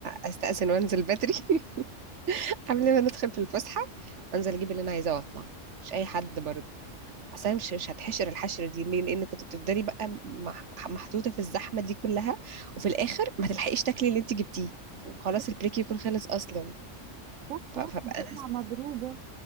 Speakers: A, on the right (about 65°); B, on the right (about 85°).
A: استاذن وانزل بدري <laughs> قبل ما ندخل في الفسحه انزل اجيب اللي انا عايزاه واطلع مش اي حد برضه اصل أنا مش مش هتحشر الحشر دي ليه لان كنت بتفضلي بقى مح- محطوطه في الزحمه دي كلها وفي الاخر ما تلحقيش تاكلي اللي انت جبتيه وخلاص
B: بس
A: البريك يكون خلص اصلا
B: بصحى بقى
A: ف-
B: خلاص
A: فبقى
B: بطلع
A: انا س-
B: مضروبه